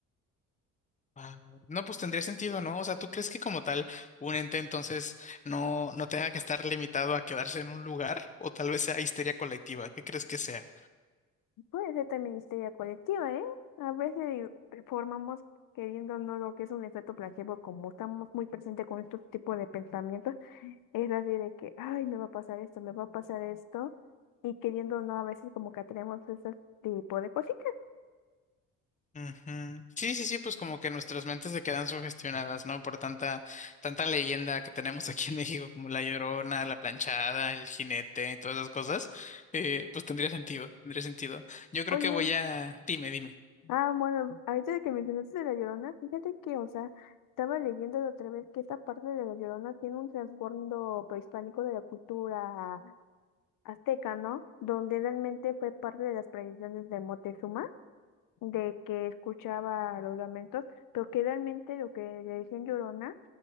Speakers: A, on the left; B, on the left.
A: Wao. No, pues tendría sentido, ¿no? O sea, ¿tú crees que como tal un ente entonces no, no tenga que estar limitado a quedarse en un lugar? O tal vez sea histeria colectiva. ¿Qué crees que sea?
B: Puede ser también histeria colectiva, ¿eh? A veces formamos queriendo no lo que es un efecto placebo, como estamos muy presentes con estos tipos de pensamientos, es así de que, ay, me va a pasar esto, me va a pasar esto, y queriendo no a veces como que atraemos ese tipo de cositas.
A: Ujú. Sí, sí, sí, pues como que nuestras mentes se quedan sugestionadas, ¿no? Por tanta, tanta leyenda que tenemos <laughs> aquí en México, como la Llorona, la Planchada, el Jinete, todas esas cosas, eh, pues tendría sentido, tendría sentido. Yo creo
B: Oye,
A: que voy a... Dime, dime.
B: ah, bueno, ahorita de que mencionaste de La Llorona, fíjate que, o sea, estaba leyendo la otra vez que esta parte de La Llorona tiene un trasfondo prehispánico de la cultura azteca, ¿no? Donde realmente fue parte de las tradiciones de Moctezuma, de que escuchaba los lamentos, pero que realmente lo que le decían Llorona,